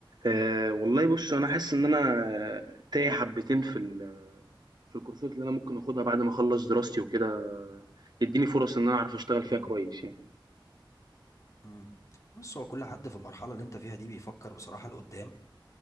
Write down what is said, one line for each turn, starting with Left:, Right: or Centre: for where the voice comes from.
Right: أه والله بص انا حاسس ان انا تايه حبتين في ال- في الكورسات اللي انا ممكن اخدها بعد ما اخلص دراستي وكده تديني فرص ان انا اعرف اشتغل فيها
Left: مم.
Right: كويس يعني
Left: مم. بص هو كل حد في المرحلة اللي انت فيها دي بيفكر بصراحة لقدام